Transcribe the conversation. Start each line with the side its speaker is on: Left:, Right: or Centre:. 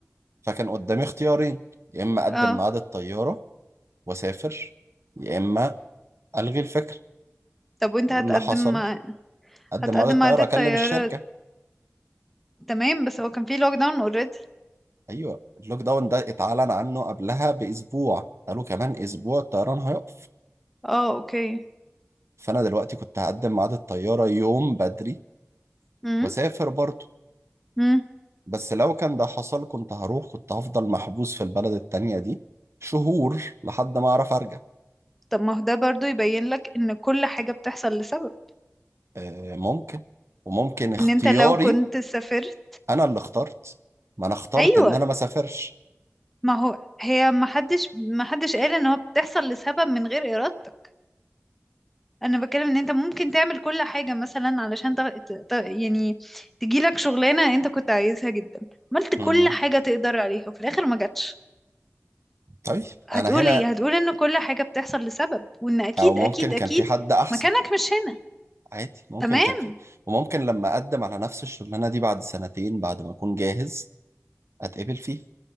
Right: فكان قدامي اختيارين يا اما اقدم
Centre: <laughs> اه
Right: ميعاد الطيارة واسافر يا اما الغي الفكرة
Centre: طب وانت
Right: واللي
Centre: هتقدم
Right: حصل
Centre: مع
Right: اقدم
Centre: هتقدم
Right: ميعاد الطيارة
Centre: مع عادة
Right: اكلم
Centre: طيارة
Right: الشركة
Centre: تمام بس هو كان في لوك داون اوريدي
Right: ايوه اللوك داون ده اتعلن عنه قبلها باسبوع قالوا كمان اسبوع الطيران هيقف
Centre: اه اوكي
Right: فانا دلوقتي كنت هقدم ميعاد الطيارة يوم بدري
Centre: امم
Right: واسافر برضو
Centre: امم
Right: بس لو كان ده حصل كنت هروح كنت هفضل محبوس في البلد التانية دي شهور لحد ما أعرف أرجع
Centre: طب ما هو ده برضو يبين لك ان كل حاجة بتحصل لسبب
Right: آه، ممكن وممكن اختياري
Centre: ان انت لو كنت سافرت
Right: أنا اللي اخترت ما أنا اخترت
Centre: ايوه
Right: إن أنا ما سافرش
Centre: ما هو هي ما حدش ما حدش قال ان هو بتحصل لسبب من غير ارادتك انا بتكلم ان انت ممكن تعمل كل حاجة مثلا علشان تغ... ت... ت... يعني تجيلك شغلانة انت كنت عايزها جدا عملت كل
Right: مم.
Centre: حاجة تقدر عليها وفي الاخر ما جاتش
Right: طيب
Centre: هتقول
Right: أنا هنا
Centre: ايه هتقول ان كل حاجة بتحصل لسبب وان اكيد
Right: أو ممكن
Centre: اكيد
Right: كان
Centre: اكيد
Right: في حد أحسن
Centre: مكانك مش هنا
Right: عادي ممكن
Centre: تمام
Right: كان في وممكن لما أقدم على نفس الشغلانة دي بعد سنتين بعد ما أكون جاهز أتقبل فيه